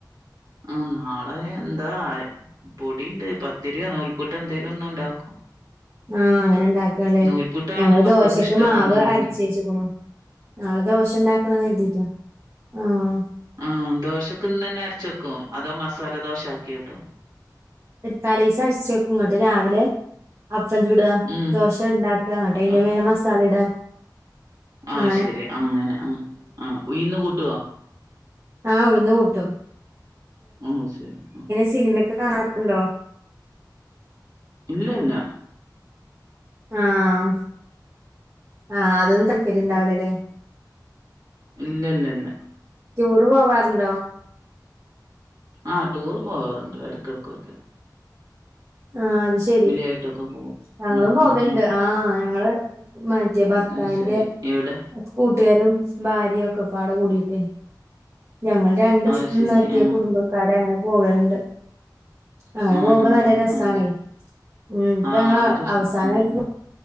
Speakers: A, on the right; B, on the right.
A: ആഹ് നാളെ എന്താ ആഹ് പൊടിണ്ട് പത്തിരോ നൂൽപുട്ടോ എന്തേലും ഒന്ന് ഒണ്ടാക്കും.
B: ആഹ് അങ്ങനെ ണ്ടാക്കല്ലേ
A: നൂൽപുട്ടാണ്
B: ഞങ്ങള്
A: മക്കൾക്ക്
B: ദോശൊക്ക്
A: ഇഷ്ടം.
B: മാവ്
A: ഉം ഉം
B: അരച്ചേച്ച്ക്കുണു
A: ഉം
B: നാളെ ദോശണ്ടാക്കണന്ന് കര്തീട്ടാ ആഹ്.
A: ഉം ദോശക്ക്ന്നന്നെ അരച്ച് വെക്കോ അതോ മസാല ദോശ ആക്കിട്ടോ.
B: തലീസ അരച്ചെക്കും ഇങ്ങട്ട് രാവിലെ. അപ്പൻ ചുട
A: ഉം
B: ദോശ ഇണ്ടാക്ക ന്ന്ട്ടെതിന്റെ
A: ആഹ്
B: മേലെ മസാല ഇടാ.
A: ആഹ്
B: അങ്ങനെ
A: ശെരി ആഹ് അങ്ങനെ ആഹ് ആഹ് ഉയ്ന്ന് കൂട്ടോ?
B: ആഹ് ഉഴുന്ന് കൂട്ടും.
A: ആഹ് ശെരി.
B: സിനിമൊക്കെ കാണാറുണ്ടോ?
A: ഇല്ല ഇല്ല.
B: ആഹ് ആഹ് അതൊന്നും താല്പര്യണ്ടാവൂലല്ലേ.
A: ഇല്ല ല്ല ല്ല ല്ല
B: ടൂറ് പോവാറുണ്ടോ?
A: ആ ടൂറ് പോകാറുണ്ട് എട്ക്കെട്‌ക്കൊക്കെ.
B: ആഹ് അത് ശെരി
A: ആയിട്ടൊക്കെ പോവും.
B: ഞങ്ങളും
A: ഉം
B: പോവലുണ്ട്
A: ഉം ഉം
B: ആഹ് ഞങ്ങള് മ. മറ്റേ ഭർത്താവിന്റെ
A: അത് ശരി എവിടെ?
B: കൂട്ടുകാരും ഭാര്യഒക്കെ പാടെ കൂടിട്ടേയ് ഞങ്ങൾ രണ്ട്
A: അത്
B: ഫാ
A: ശരി
B: മറ്റേ
A: ആഹ്
B: കുടുംബക്കാര അങ്ങനെ പോവല്ണ്ട്. അങ്ങനെ
A: ആഹ്
B: പോവുമ്പോ
A: ആഹ്
B: നല്ല രസാണേ
A: അത് ശ
B: ഉം ഇപ്പങ്ങളവ
A: ആഹ് അത് രസം
B: അവസാനായിട്ട്.
A: ഉം ഉം